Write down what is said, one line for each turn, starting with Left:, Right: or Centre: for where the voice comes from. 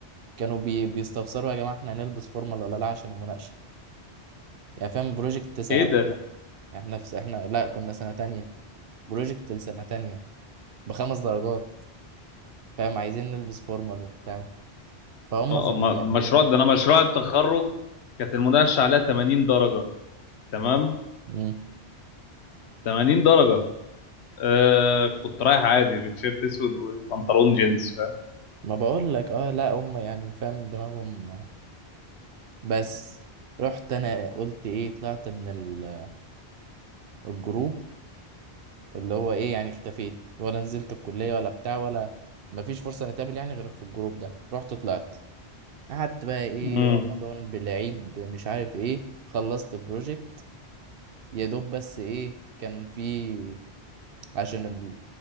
Right: كانوا بي بيستفسروا يا جماعة إحنا هنلبس فورمال ولا لا عشان المناقشة يعني فاهم بروجكت سنة
Left: إيه
Right: أولى
Left: ده
Right: احنا في س- احنا لا كنا سنة تانية بروجكت لسنة تانية بخمس درجات فاهم عايزين نلبس فورمال وبتاع فهم في
Left: أما
Right: ال... يعني
Left: المشروع ده أنا مشروع التخرج كانت المناقشة عليها 80 درجة تمام
Right: مم.
Left: 80 درجة آه كنت رايح عادي بتيشيرت اسود وبنطلون جينز فاهم
Right: ما بقول لك اه لا هم يعني فاهم دماغهم بس رحت انا قلت ايه طلعت من ال- الجروب اللي هو ايه يعني اختفيت ولا نزلت الكلية ولا بتاع ولا مفيش فرصة نتقابل يعني غير في الجروب ده رحت طلعت قعدت بقى ايه
Left: مم.
Right: رمضان بالعيد مش عارف ايه خلصت البروجكت يا دوب بس ايه كان في عشان ال...